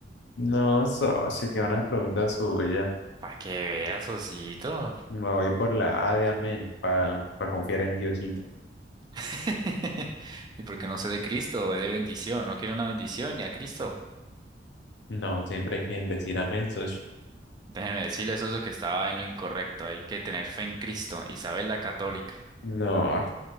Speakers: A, on the left (about 75°); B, on the right (about 25°).
A: no, socio, que una pregunta suya.
B: Para que veas, osito.
A: Me voy por la A de amén para confiar en Diosito.
B: <laughs> Y porque no sé de Cristo, de bendición. No quiero una bendición ni a Cristo.
A: No, siempre hay que decir amén, socio.
B: Déjeme decirle, socio, que estaba en lo incorrecto. Hay que tener fe en Cristo. Isabel la Católica.
A: No,